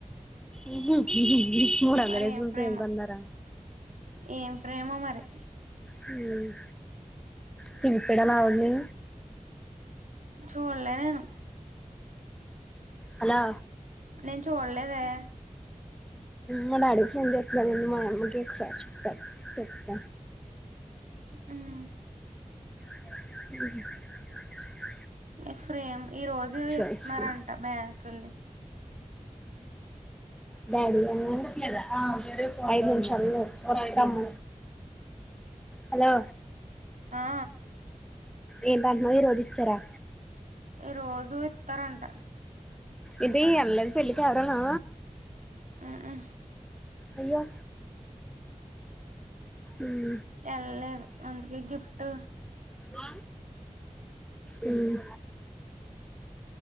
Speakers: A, in the centre; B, on the right.
A: ఊహూ హూ హూ మూడొందలేసి
B: మరి ఏం ఫ్రేమో
A: ఫ్రేం కొన్నారా
B: ఏం ఫ్రేమో మరి
A: హ్మ్ పిలుత్తాడ లావణ్య ని
B: చూళ్ళే నేను
A: హలో
B: నేను చూడలేద్ ఏ
A: మా డాడికి ఫోన్ చేత్తన్నానండి మామమ్మీకీ ఒకసారి త చెత్త
B: హ్మ్
A: హ్మ్
B: ఏ ఫ్రేమ్ ఈ రోజు
A: చేసి
B: ఇస్తున్నారంట బ్యాంకుల్ని
A: డాడి ఆ.. ఐదు నిమిషా చమ్మ హలో
B: ఆ
A: ఏంటటన్నావు ఈ రోజు ఇచ్చారా
B: రోజూ ఇత్తారంట.
A: ఏటీ ఎళ్ళలేదా పెళ్లి కి ఎవరూను
B: ఆ ఆ
A: అయ్యో ఉమ్
B: ఎల్లలేదు అందుకే గిఫ్టు
A: ఆ హ్మ్